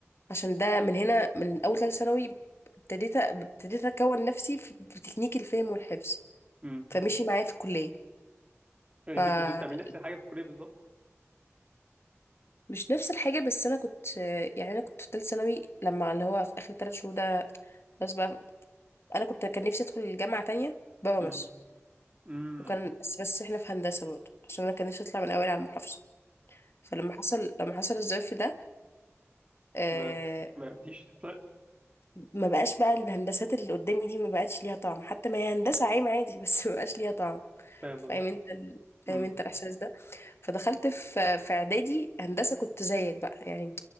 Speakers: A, on the left; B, on the right.
A: عشان ده من هنا من اول ثالث ثانوي ابتديت ابتديت اكون نفسي في في تكنيك الفهم والحفظ
B: امم
A: فمشي معايا في الكليه
B: انت
A: فمش
B: كنت بتعملي نفس الحاجه في الكليه بالظبط
A: نفس الحاجه بس انا كنت يعني انا كنت في ثالث ثانوي لما اللي هو في اخر ثلاث شهور ده بس بقى انا كنت كان نفسي ادخل الجامعه تانية بره
B: امم
A: مصر
B: امم
A: وكان بس بس احنا في هندسه برضه عشان انا كان نفسي اطلع من اوائل على المحافظه فلما حصل لما حصل الظرف ده آه،
B: ما ما عرفتيش تطلع
A: ما بقاش بقى الهندسات اللي قدامي دي ما بقتش ليها طعم حتى ما هي هندسة عام عادي بس <laughs> ما بقاش ليها طعم
B: فاهم قصدك
A: فاهم انت ال...
B: امم
A: فاهم انت الاحساس ده فدخلت في في اعدادي هندسة كنت زيك بقى يعني